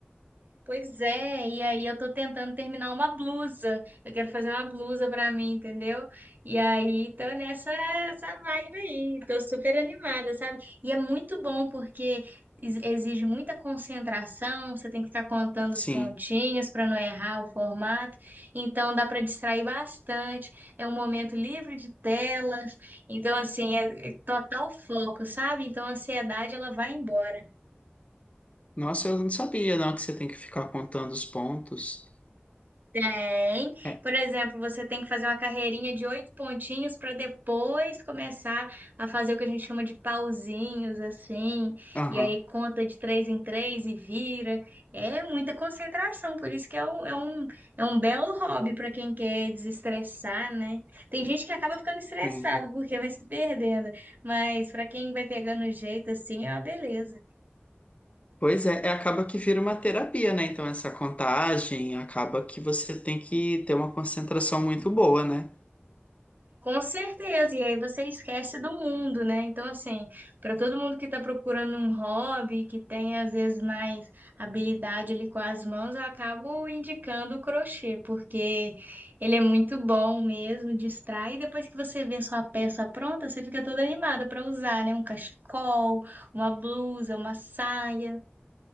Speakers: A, on the right; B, on the left.
A: Pois é, e aí eu tô tentando terminar uma blusa. Eu quero fazer uma blusa pra mim, entendeu? E aí tô nessa essa vibe aí. Tô super animada, sabe? E é muito bom porque ex- exige muita concentração, você tem que ficar contando
B: Sim.
A: os pontinhos pra não errar o formato. Então dá pra distrair bastante. É um momento livre de telas. Então assim, é é total foco, sabe? Então a ansiedade ela vai embora.
B: Nossa, eu não sabia, não, que você tem que ficar contando os pontos.
A: Tem.
B: É,
A: Por exemplo, você tem que fazer uma carreirinha de oito pontinhos para depois começar a fazer o que a gente chama de pauzinhos, assim.
B: aham.
A: E aí conta de três em três e vira. É muita concentração, por isso que é um, é um, é um belo hobby para quem quer desestressar, né? Tem gente que acaba ficando estressado
B: hum.
A: porque vai se perdendo, mas para quem vai pegando o jeito, assim, é uma beleza.
B: Pois é, é, acaba que vira uma terapia, né? Então, essa contagem acaba que você tem que ter uma concentração muito boa, né?
A: Com certeza, e aí você esquece do mundo, né? Então, assim, para todo mundo que está procurando um hobby, que tem às vezes mais habilidade ali com as mãos, eu acabo indicando o crochê, porque ele é muito bom mesmo, distrai, e depois que você vê a sua peça pronta, você fica toda animada para usar, né? Um cachecol, uma blusa, uma saia.